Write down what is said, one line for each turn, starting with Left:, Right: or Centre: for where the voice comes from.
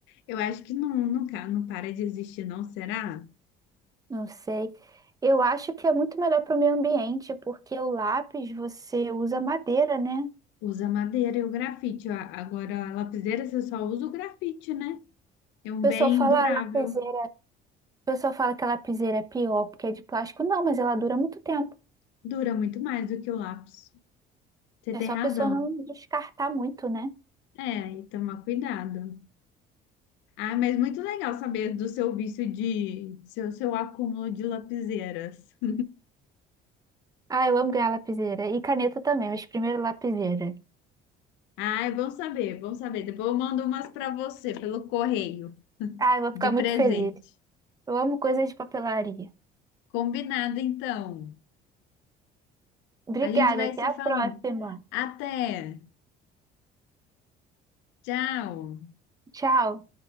Left: eu acho que não, não, ca- não para de existir, não, será?
Right: Não sei. Eu acho que é muito melhor para o meio ambiente, porque o lápis você usa madeira, né? O
Left: Usa madeira e o grafite. A- Agora, a lapiseira você só usa o grafite, né? É um
Right: pessoal
Left: bem
Right: fala
Left: durável.
Right: "Ah, lapiseira, o pessoal fala que a lapiseira é pior porque é de plástico. Não, mas ela dura muito tempo.
Left: Dura muito mais do que o lápis. Você
Right: É
Left: tem
Right: só
Left: razão.
Right: a pessoa não descartar muito, né?
Left: É, e tomar cuidado. Ah, mas muito legal saber do seu vício de... Seu, seu acúmulo de lapiseiras. <laughs>
Right: Ah, eu amo ganhar lapiseira. E caneta também, mas primeiro lapiseira.
Left: Ah, é bom saber, é bom saber. Depois eu mando umas para você pelo correio,
Right: Ah, eu vou ficar
Left: de presente.
Right: muito feliz. Eu amo coisas de papelaria.
Left: Combinado, então.
Right: Obrigada,
Left: A gente vai
Right: até
Left: se
Right: a
Left: falando.
Right: próxima.
Left: Até! Tchau!
Right: Tchau.